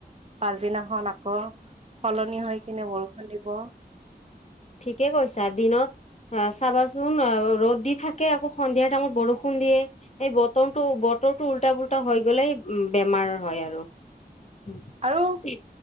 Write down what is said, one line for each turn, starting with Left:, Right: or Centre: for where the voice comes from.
Right: পাছদিনাখন আকৌ সলনি হৈ কিনে বৰষুণ দিব।
Left: ঠিকেই কৈছা, দিনত অ, চাবাচোন আ, ৰ'দ দি থাকে আকৌ সন্ধিয়া টাইমত বৰষুণ দিয়ে। এই বতৰটো, বতৰটো উল্টা পোল্টা হৈ গ'লেই বেমাৰ হয় আৰু। <inaudible>
Right: আৰু